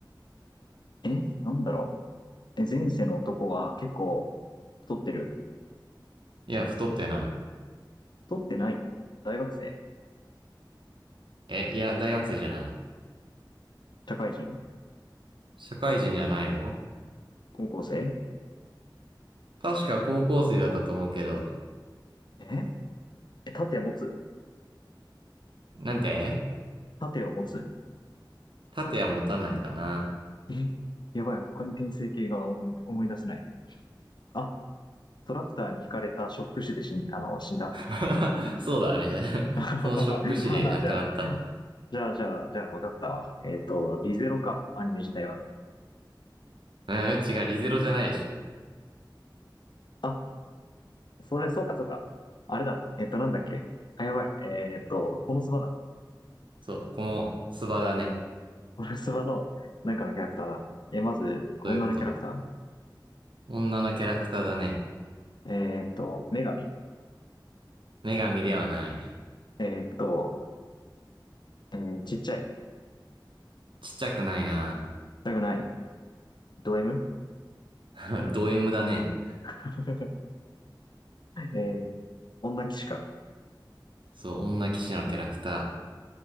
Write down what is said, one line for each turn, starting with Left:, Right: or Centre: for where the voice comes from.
Left: え、なんだろう。え、前世の男は結構太ってる
Right: いや、太ってない。
Left: 太ってない大学生
Right: え、いや、大学生じゃない。
Left: 社会人
Right: 社会人じゃないよ。
Left: 高校生
Right: 確か高校生だったと思うけど。
Left: ええ、盾持つ
Right: なんて
Left: 盾を持つ
Right: 盾は持たないかな。
Left: え、やばい。他に転生系が思い、思い出せない。あ、トラクターに引かれたショック死で死ん、あの、死んだ。
Right: <laughs> そうだね。<laughs>
Left: <laughs> はは
Right: そのショック死で亡くなった。
Left: はは。じゃあ、じゃあ、じゃあ、じゃあ、わかったわ。えっと、リゼロか、アニメ自体は。
Right: うん、違う、リゼロじゃないでしょ。
Left: あ、それ、そうか、そうか。あれだ。えっと、なんだっけ。あ、やばい。えっと、このスバだ。
Right: そう、このスバだね。
Left: このスバの、なんかのキャラクターだ。え、まず、女のキャラクタ
Right: そういうこと。女のキャラクターだね。
Left: ーえっと、女神。
Right: 女神ではない。
Left: えっと、えーちっちゃい。
Right: ちっちゃくないな。
Left: だがない。ド M?
Right: <laughs> ド M だね。
Left: <laughs> えー、女騎士か。
Right: そう、女騎士のキャラクター。